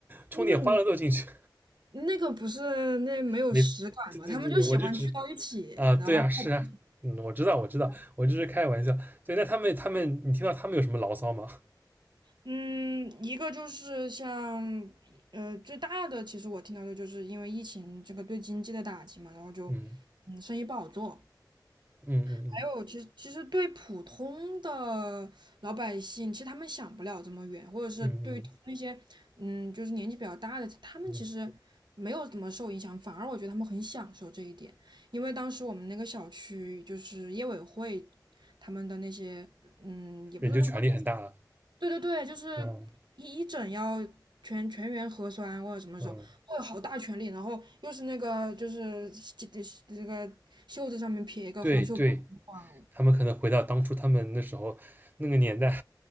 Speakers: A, on the right; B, on the right.
A: 充点欢乐豆进去。
B: <laughs> 那个那个不是那没有实感嘛，
A: 没，对对对对，
B: 他们就喜欢聚到一起，
A: 我就只啊，对啊，
B: 然后泡。
A: 是啊，嗯，我知道，我知道，我就是开玩笑。对，那他们他们，你听到他们有什么牢骚吗？
B: 嗯，一个就是像，呃，最大的其实我听到的就是因为疫情这个对经济的打击嘛，然后就，
A: 嗯
B: 嗯，生意不好做。
A: 嗯嗯
B: 还有，其实其实对普通的老百姓，其实他们想不了这么远，或者是对于那些，
A: 嗯嗯嗯
B: 嗯，就是年纪比较大的，他们其实没有怎么受影响，
A: 嗯，
B: 反而我觉得他们很享受这一点。因为当时我们那个小区就是业委会他们的那些，嗯，也不是那不能
A: 人就权力很大了。
B: 对对对，就是
A: 嗯
B: 一一整要全全员核酸或者什么时候，
A: 嗯，
B: 会有好大权力，然后又是那个就是这这这个袖子上面撇一个红袖标，
A: 对对，
B: 哇哦
A: 他们可能回到当初他们那时候那个年代。